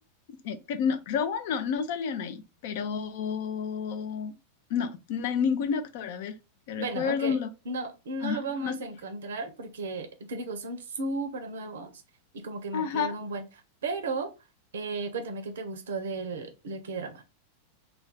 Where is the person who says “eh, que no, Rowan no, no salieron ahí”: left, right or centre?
Left